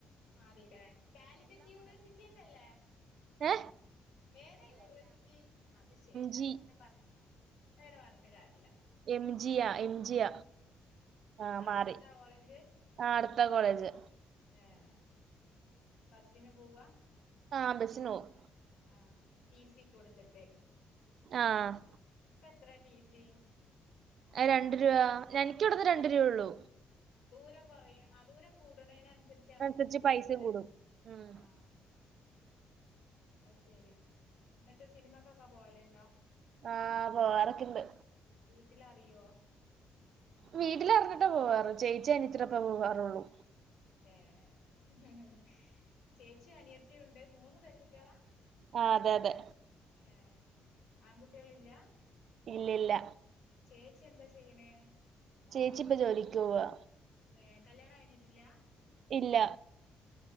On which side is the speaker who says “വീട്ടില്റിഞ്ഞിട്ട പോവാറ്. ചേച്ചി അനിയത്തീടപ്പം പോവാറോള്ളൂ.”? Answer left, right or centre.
Right